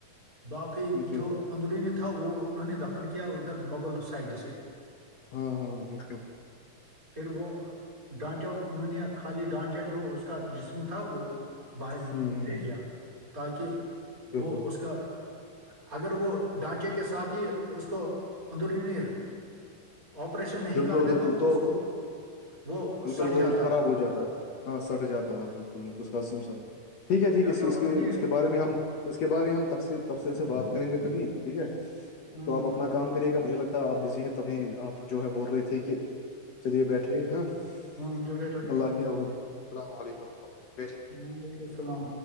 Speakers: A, on the right; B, on the left.
A: باقی
B: اچھا
A: جو اندرونی تھا وہ انہوں نے دفن کیا ادھر مغل سائڈ سے
B: ہاں ہاں بالکل
A: پھر وہ ڈانچا انہوں نے خالی ڈانچا جو اس کا جسم تھا وہ باہر
B: ہ
A: لے لیا تاکہ
B: بالکل
A: وہ اس کا اگر وہ ڈھانچے کے ساتھ ہی اس کو اندرونی آپریشن نہیں
B: بالکل
A: کرتے
B: بالکل تو
A: اس کو وہ
B: بالکل
A: سٹ
B: وہ
A: جاتا
B: خراب ہو جاتا ہاں سٹ جاتا ہ بالکل بالکل اس کا س ٹھیک ہے ٹھیک
A: لہذا
B: ہے اس اسس
A: انہوں نے
B: اس کے بارے میں ہم اس کے بارے ہم تفل تفصل سے بات کریں گے کبھی ٹھیک ہے
A: ہاں
B: تو آپ اپنا کام کرے گا مجھے لگتا ہے آپ بزی ہیں تبھی آپ جو ہے بول رہے تھے کہ چلیے بیٹھے ہ اللہ
A: ہاں جو بیٹھو بیٹھو بیٹھو
B: کے حوالے السلام علیکم وورحمۃ ال
A: وعلیکم السلام